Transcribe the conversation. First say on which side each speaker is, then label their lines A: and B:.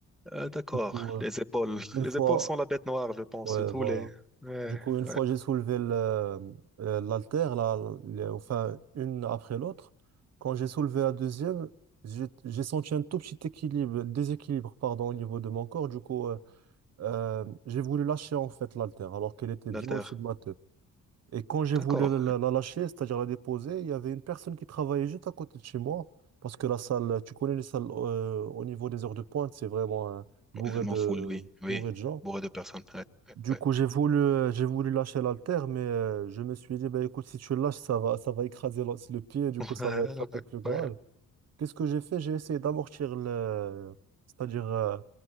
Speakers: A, in the centre; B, on the right (about 55°).
A: Euh, d'accord.
B: Du coup, euh,
A: Les épaules. <laughs>
B: une
A: Les
B: fois,
A: épaules sont la bête noire, je pense.
B: Ouais,
A: de tous
B: voilà.
A: les. Ouais,
B: Du coup, une
A: ouais.
B: fois j'ai soulevé le- euh, l'haltère, là, les- enfin, une après l'autre, quand j'ai soulevé la deuxième, j'ai j'ai senti un tout petit équilibre, déséquilibre, pardon, au niveau de mon corps. Du coup, euh, euh, j'ai voulu lâcher en fait l'haltère, alors qu'elle était
A: L'alter.
B: bien au-dessus de ma tête. Et quand j'ai
A: D'accord.
B: voulu la, la- la lâcher, c'est-à-dire la déposer, il y avait une personne qui travaillait juste à côté de chez moi, parce que la salle, tu connais les salles euh, au niveau des heures de pointe, c'est vraiment euh, bourré
A: Je m'en
B: de,
A: fous, oui. Oui.
B: bourré de gens.
A: Bourré de personnes. Ouais, ouais,
B: Du
A: ouais.
B: coup, j'ai voulu, euh, j'ai voulu lâcher l'haltère, mais euh, je me suis dit, bah, écoute, si tu lâches, ça va, ça va écraser le le pied,
A: <laughs>
B: du coup, ça va être
A: Ouais,
B: un peu
A: ouais,
B: plus grave.
A: ouais.
B: Qu'est-ce que j'ai fait? J'ai essayé d'amortir le, c'est-à-dire euh,